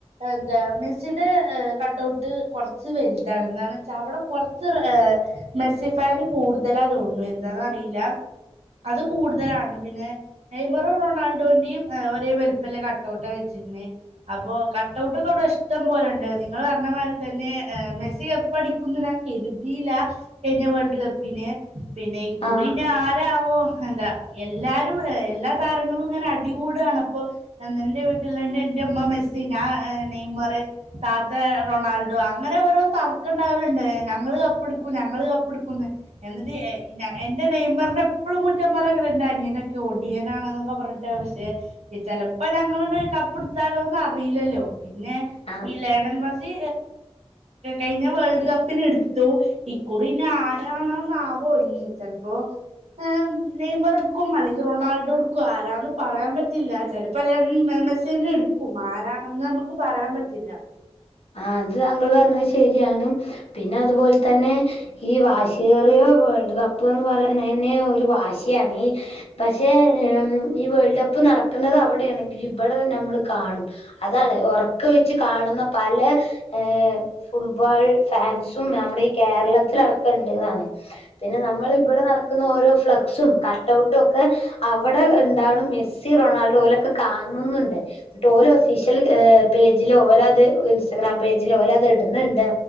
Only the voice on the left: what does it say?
ആഹ്
ആ
ആഹ് അത് താങ്കള് പർഞ്ഞത് ശരിയാണ് പിന്നത്പോൽ തന്നെ ഈ വാശിയേറിയ വേൾഡ് കപ്പ്ന്ന് പറയണന്നെ ഒര് വാശിയാണ് ഈ പക്ഷേ ഈ വേൾഡ് കപ്പ് നട്ക്കുന്നതവ്ടേണെങ്കിൽ ഇവിടെ നമ്മള് കാണും അതാണ് ഒറക്കെ വെച്ച കാണുന്ന പല ഏ ഫുട്ബാൾ ഫാൻസും നമ്മുടെ ഈ കേരളത്തിലടക്കണ്ട്ന്നാണ് പിന്നെ നമ്മളിവിടെ നടക്കന്ന ഓരോ ഫ്ലക്സും കട്ടൗട്ടും ഒക്കെ അവിടെ ഇണ്ടാവ്ണ മെസ്സി റൊണാൾഡോ പോലൊക്കെ ലൊക്കെ കാണുന്ന്ണ്ട് ട്ടോലെ ഒഫീഷ്യൽ ഏ പേജിലോ ഓലത് ഇൻസ്റ്റാഗ്രാം പേജിലോ ഓലത് ഇട്ണണ്ട്